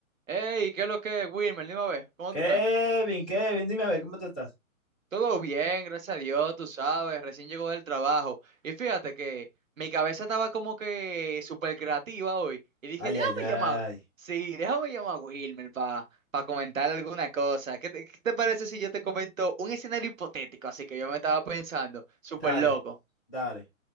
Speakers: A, on the right (about 65°); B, in the centre.
A: Hey, ¿qué es lo que es, Wilmer? Dime a ver, ¿cómo
B: Kevin,
A: tú estás?
B: Kevin, dime a ver, ¿cómo te estás?
A: Todo bien, gracias a Dios, tú sabes, recién llegó del trabajo. Y fíjate que mi cabeza estaba como que súper creativa hoy. Y dije,
B: Ay,
A: déjame
B: ay, ay.
A: llamar, sí, déjame llamar a Wilmer para comentar alguna cosa. ¿Qué te, qué te parece si yo te comento un escenario hipotético? Así que yo me estaba pensando, súper
B: Dale,
A: loco.
B: dale,